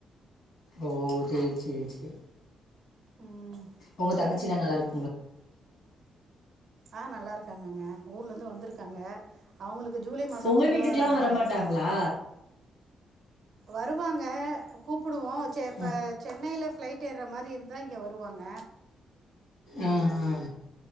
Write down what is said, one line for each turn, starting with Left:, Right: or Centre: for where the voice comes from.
Left: ஓ சேர் சேர் சே
Right: ம்
Left: ஒங்க தங்கச்சிலா நல்லா இருக்
Right: ஆ நல்லா இருக்காங்கங்க ஊர்லருந்து வந்துருக்காங்க அவுங்களுக்கு ஜூலை மாச
Left: உங்க
Right: ஃபுல்லா
Left: வீட்டுக்குலா வரமாட்டாங்களா
Right: இந்த வருவாங்க கூப்புடுவோ சேர் இப்ப
Left: ஆ
Right: சென்னைல ஃப்ளைட் ஏற்ற மாரி இருந்தா இங்க வருவாங்க
Left: ஆ ஆ